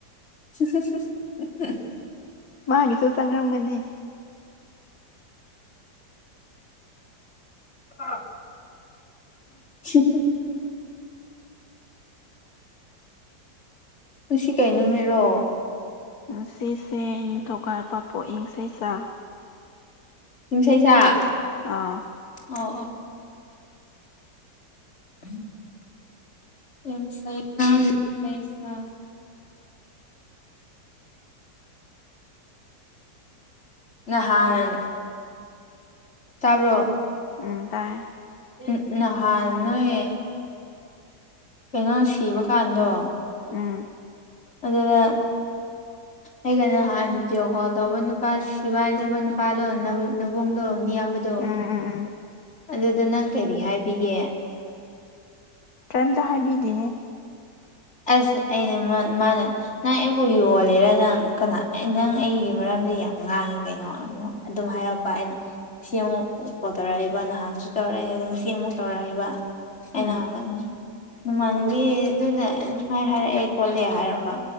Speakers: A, on the left; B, on the left.
A: <unintelligible>
B: ꯃꯥꯒꯤꯁꯨ ꯆꯪꯉꯝꯒꯅꯤ
A: ꯑꯥ <unintelligible> ꯁꯤꯄ <unintelligible> ꯉꯁꯤ ꯀꯩ ꯅꯨꯃꯤꯠꯔꯣ
B: ꯉꯥꯁꯤꯁꯦ ꯅꯤꯡꯊꯧ ꯀꯥꯕ <unintelligible> ꯄꯣꯛꯏꯪ ꯁ‌ꯦꯁꯥ
A: ꯍꯁꯩꯁꯥ <unintelligible>
B: ꯑꯥ
A: ꯑꯣ ꯑꯣ ꯎꯝ ꯎꯝ ꯑ ꯁ ꯄꯩꯁ ꯅꯍꯥꯟ ꯇꯥꯕ꯭ꯔꯣ
B: ꯎꯝ ꯇꯥꯏ
A: ꯎ ꯅꯍꯥꯟ ꯅꯣꯏꯑꯦ ꯀꯩꯅꯣ ꯁꯤꯕ ꯀꯥꯟꯗꯣ
B: ꯎꯝ
A: ꯑꯗꯨꯗ ꯑꯩꯒꯩꯅ ꯅꯍꯥꯟ ꯚꯤꯗꯤꯑꯣ ꯀꯣꯜ ꯇꯧꯕ ꯅꯨꯄꯥ ꯁꯤꯚꯥꯏꯖꯕ ꯅꯨꯄꯥꯗꯣꯕꯨꯡꯗꯣ ꯑꯌꯥꯝꯕꯗꯣ
B: ꯎꯝ ꯎꯝ ꯎꯝ
A: ꯑꯗꯨꯗ ꯅꯪ ꯀꯔꯤꯔꯤ ꯍꯥꯏꯕꯤꯒꯦ
B: ꯀꯔꯤꯝꯇ ꯍꯥꯏꯕꯤꯗꯦꯦ
A: ꯑꯁ ꯑꯩꯅ ꯃꯥꯅ ꯅꯪ ꯑꯩꯕꯨ ꯌꯣꯜꯂꯦꯔ ꯅꯪ ꯀꯅꯥ ꯅꯪ ꯑꯩꯒꯤ ꯃꯔꯝ ꯌꯥꯝ ꯉꯥꯡꯉꯤ ꯀꯩꯅꯣ ꯑꯗꯨꯝ ꯍꯥꯏꯔꯛꯄ ꯑꯩꯅ ꯉ ꯑꯃꯨꯛ ꯀꯣꯜ ꯇꯧꯔꯛꯏꯕ ꯅꯍꯥꯟꯁꯨ ꯇ ꯇꯧꯔꯛꯑꯦꯗꯣ ꯉꯁꯤ ꯑꯃꯨꯛ ꯇꯧꯔꯛꯏꯕ ꯑꯩꯅ
B: ꯎꯝ
A: ꯍꯪꯒꯠꯅꯤꯡ ꯅꯃꯥꯟꯅꯕꯤ ꯑꯗꯨꯅ ꯁ ꯍꯥꯏꯥꯏ ꯍꯥꯏꯔꯛꯑꯦ ꯈꯣꯠꯂꯦ ꯍꯥꯏꯔꯛꯔꯕ